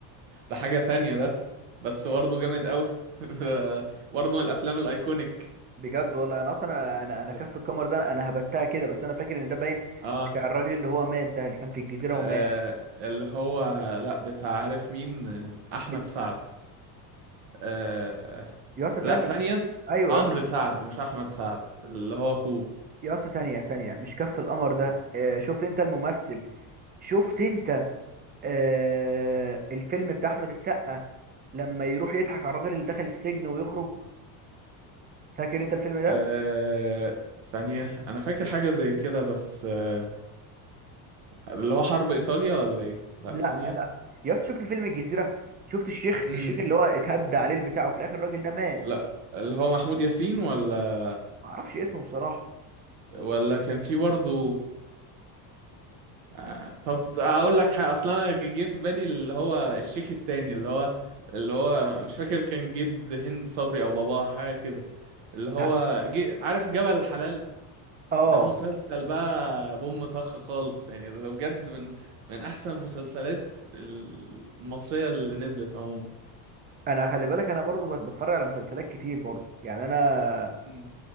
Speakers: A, on the right; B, on the right.
A: ده حاجة تانية ده بس برضه جامد قوي <laughs> ده برضه من الافلام الايكونيك
B: بجد والله انا اصلا انا
A: انت
B: انا كف القمر ده انا هبتها كده بس انا فاكر ان ده باين
A: آه,
B: بتاع الراجل اللي هو مات ده اللي كان في الجزيره
A: اه
B: ومات
A: اللي هو لا بتاع عارف مين آه، احمد
B: ال-
A: سعد آه آه،
B: يا اسطى ثانيه
A: لا ثانية
B: ايوه
A: عمرو
B: يا اسطى
A: سعد مش احمد سعد اللي هو اخوه
B: يا اسطى ثانيه ثانيه مش كف القمر ده آه شفت انت الممثل شفت انت آه الفيلم بتاع احمد السقا لما يروح يضحك على الراجل اللي دخل السجن ويخرج فاكر انت الفيلم ده
A: آه ثانية انا فاكر حاجة زي كده بس آه اللي هو حرب ايطاليا ولا ايه لا
B: لا
A: ثانية
B: لا يا اسطى شفت فيلم الجزيره شفت الشيخ
A: امم
B: الشيخ اللي هو اتهدى عليه البتاع وفي الاخر الراجل ده مات
A: لا اللي هو محمود ياسين ولا
B: ما اعرفش اسمه بصراحه
A: ولا كان في برضه آه، طب اقول لك حاجه اصلا انا جه في بالي اللي هو الشيك التاني اللي هو اللي هو مش فاكر كان جد هند صبري او باباه حاجه كده اللي هو
B: ه-
A: جي... عارف جبل الحلال
B: اه
A: ده مسلسل بقى بوم طخ خالص يعني ده ده بجد من من احسن المسلسلات المصريه اللي نزلت عموما
B: انا خلي بالك انا برضو بت- بتفرج على مسلسلات كتير برضو يعني انا
A: مم.